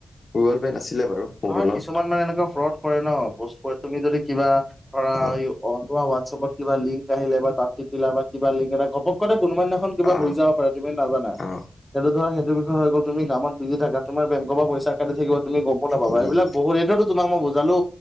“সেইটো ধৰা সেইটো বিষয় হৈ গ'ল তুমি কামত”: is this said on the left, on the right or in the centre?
Centre